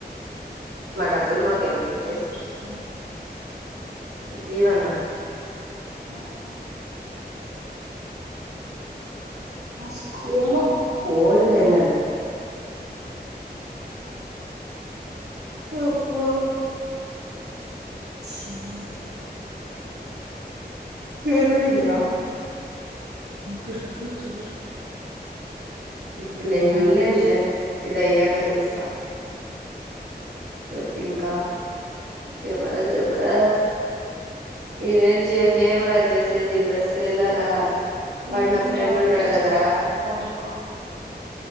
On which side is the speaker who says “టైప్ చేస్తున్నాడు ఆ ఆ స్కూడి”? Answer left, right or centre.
Right